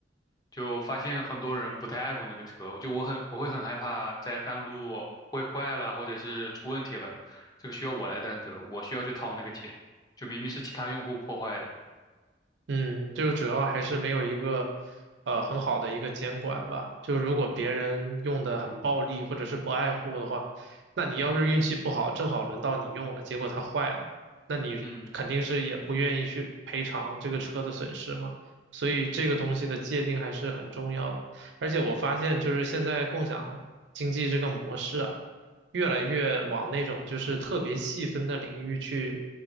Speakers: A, on the left (about 20°); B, on the right (about 70°).
A: 就发现很多人不太爱护那个车，我就我很我会很害怕在半路会坏了，或者是出问题了，这个需要我来担责，我需要去掏那个钱，就明明是其他用户破坏的。
B: 嗯，就是主要还是没有一个呃很好的一个监管吧。就如果别人用的很暴力或者是不爱护的话，那你要是运气不好，正好轮到你用了，结果它坏了，那你肯定是也不愿意去赔偿这个车的损失嘛。
A: 嗯
B: 所以这个东西的界定还是很重要的。而且我发现，就是现在共享经济这个模式啊，越来越往那种就是特别细分的领域去